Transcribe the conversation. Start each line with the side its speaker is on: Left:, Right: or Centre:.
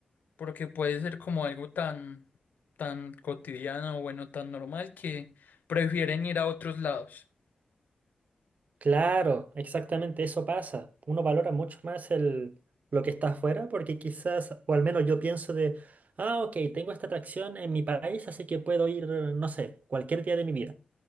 Left: porque puede ser como algo tan, tan cotidiano o bueno, tan normal que prefieren ir a otros lados.
Right: Claro, exactamente eso pasa. Uno valora mucho más el, lo que está afuera porque quizás, o al menos yo pienso de, ah, ok, tengo esta atracción en mi país, así que puedo ir, no sé, cualquier día de mi vida.